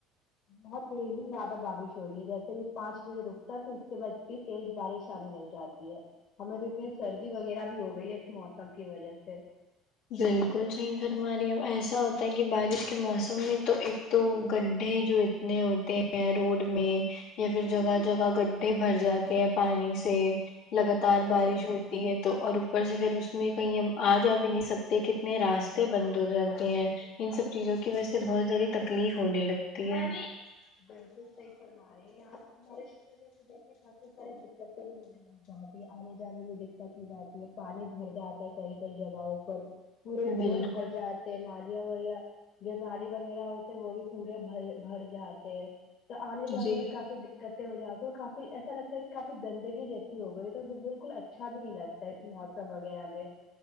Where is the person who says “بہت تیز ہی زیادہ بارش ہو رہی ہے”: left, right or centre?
Left